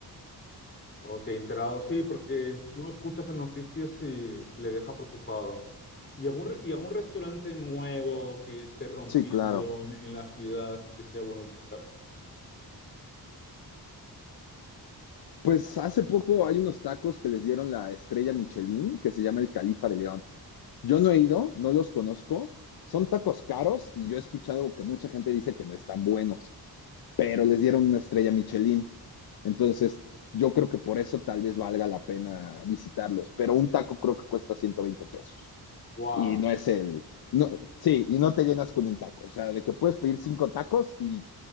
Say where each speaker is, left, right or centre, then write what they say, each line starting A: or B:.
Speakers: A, on the left; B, on the left.
A: Ok, enterado, sí, porque uno escucha esas noticias y le deja preocupado. ¿Y algún, re- y algún restaurante nuevo que esté rompiendo
B: Sí, claro.
A: en en la ciudad y que sea bueno visitar?
B: Pues hace poco hay unos tacos que les dieron la estrella Michelin, que se llama el Califa de León. Yo no he ido, no los conozco. Son tacos caros y yo he escuchado que mucha gente dice que no están buenos, pero les dieron una estrella Michelin. Entonces, yo creo que por eso tal vez valga la pena visitarlos. Pero un taco creo que cuesta 120 pesos.
A: ¡Wow!
B: Y no es el... No, sí, y no te llenas con un taco. O sea, de que puedes pedir cinco tacos y